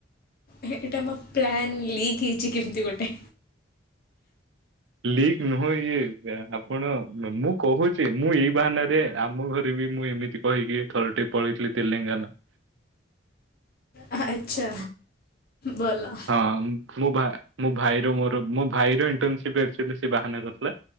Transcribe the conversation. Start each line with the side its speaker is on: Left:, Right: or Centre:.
Left: ଏଇଟା ମୋ ପ୍ଲାନ୍ ଲିକ୍ ହେଇଛି କେମିତି ଗୋଟେ
Right: ଲିକ ନୁହେଁ ଇଏ ଆପଣ ମୁଁ କହୁଛି ମୁଁ ଏଇ ବାହାନାରେ ଆମ ଘରେ ବି ମୁଁ ଏମିତି କହିକି ଥର ଟେ ପଳେଇଥିଲି ତେଲେଙ୍ଗାନା
Left: ଆ ହା ଆଚଛା ବୋଲ
Right: ହଁ ମୋ -ଭା-ମୋ-ଭାଇର ମୋର -ମୋ ଭାଇର ଇଣ୍ଟନସିପ୍ ଅଛି ବୋଲି ସେ ବାହାନା କରିଥିଲା।